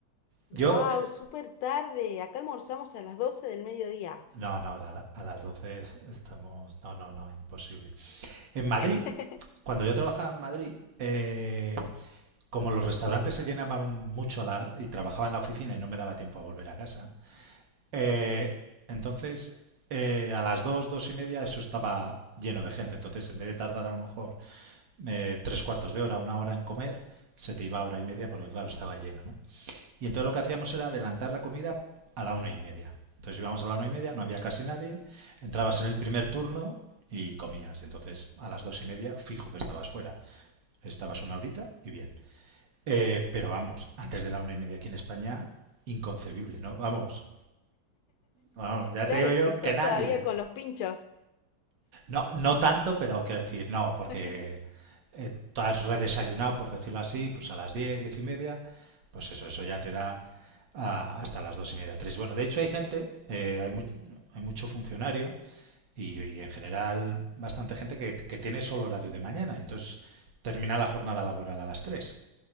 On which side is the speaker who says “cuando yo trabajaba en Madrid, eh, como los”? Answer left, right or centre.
Right